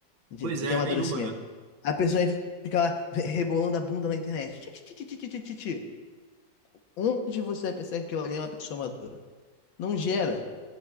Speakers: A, on the left; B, on the right.
A: de,
B: Pois
A: de
B: é,
A: amadurecimento.
B: nenhuma, né?
A: A pessoa fica lá rebolando a bunda na internet. Ti, ti, ti, ti, ti, ti, ti, ti. Onde você vai pensar que aquilo ali é uma pessoa madura? Não gera.